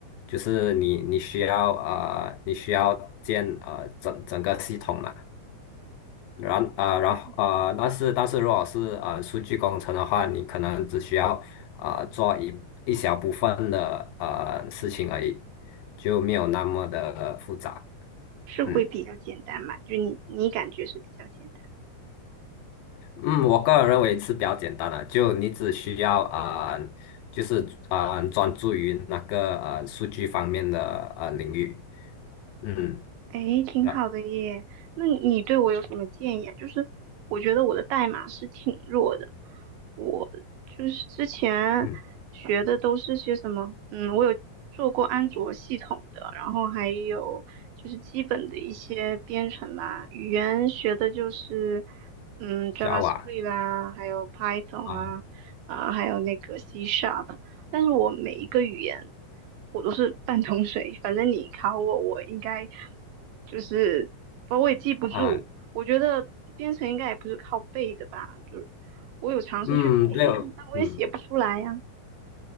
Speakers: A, on the left; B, on the right.
A: 就是你你需要啊，你需要建呃整整个系统嘛，然啊然后啊，
B: 来，嗯，
A: 但是但是如果是呃数据工程的话，你可能只需要啊做一一小部分的呃事情而已，就没有那么的复杂。
B: 是会比较简单嘛？
A: 嗯。
B: 就你你感觉是比较简单。
A: 嗯，我个人认为是比较简单的，就你只需要啊、呃就是啊、呃专注于那个呃数据方面的呃领域，嗯，
B: 诶，挺好的耶。
A: 啊，
B: 那你对我有什么建议啊？就是我觉得我的代码是挺弱的，我就是之前学的都是些什么，
A: 嗯
B: 嗯，我有做过安卓系统的，然后还有就是基本的一些编程吧，语言学的就是，嗯，JavaScript
A: ，Java
B: 啦，还有 Python
A: 啊
B: 啊，啊、还有那个 C Sharp。但是我每一个语言我都是半桶水，反正你考我，我应该就是我我也记不住。
A: 啊，
B: 我觉得编程应该也不是靠背的吧，就是我有尝试去背，
A: 嗯，对哦，
B: 但我也写不出来呀、
A: 嗯，